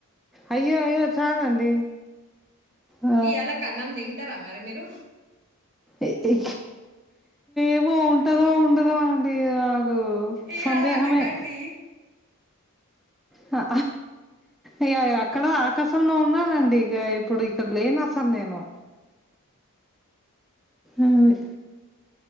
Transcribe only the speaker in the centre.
అయ్యో అయ్యో చాలండి ఆ,
ఏ ఏ ఏమో ఉంటదో ఉండదో అన్ దీ నాకు
సందేహమే
హా ఇగ ఇగ అక్కడో ఆకాశంలో ఉన్నానండి ఇగ ఇప్పుడు ఇక్కడ లేను అసల్ నేను ఉంది